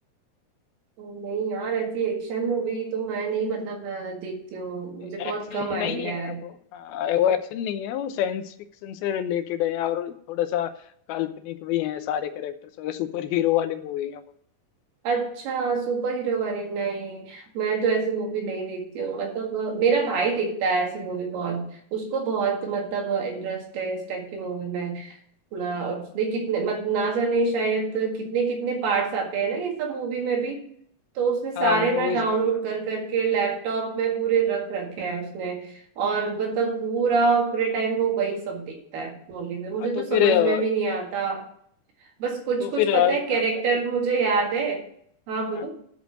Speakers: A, on the right; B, on the left.
A: नहीं यार ऐसी एक्शन मूवी तो मैं नहीं मतलब अ, देखती हूँ मुझे
B: एक्शन
A: बहुत कम आइडिया
B: नहीं है
A: है
B: वो हाँ, वो एक्शन नहीं है वो साइंस फिक्शन से रिलेटेड है और थोड़ा सा काल्पनिक भी है सारे कैरेक्टर्स वगैरह सुपर हीरो वाली मूवी है वो
A: अच्छा सुपर हीरो वाली नहीं मैं तो ऐसी मूवी नहीं देखती हूँ मतलब अ, मेरा भाई देखता है ऐसी मूवी बहुत उसको बहुत मतलब इंटरेस्ट है इस टाइप की मूवी में ना और उसने कितने मत ना जाने शायद कितने कितने पार्ट्स आते हैं ना ये सब मूवी में भी तो उसने
B: हाँ
A: सारे
B: मूवीज
A: ना डाउनलोड
B: में भी आते
A: कर
B: हैं
A: करके लैपटॉप में पूरे रख रखे हैं उसने और मतलब पूरा पूरे टाइम वो वही सब देखता है मूवी में मुझे
B: हाँ, तो
A: तो
B: फिर
A: समझ
B: अ,
A: में भी नहीं आता बस कुछ
B: तो
A: कुछ
B: फिर
A: पता
B: अ, एक
A: है
B: काम
A: कैरेक्टर
B: करें
A: मुझे याद है हाँ
B: हाँ
A: बोलो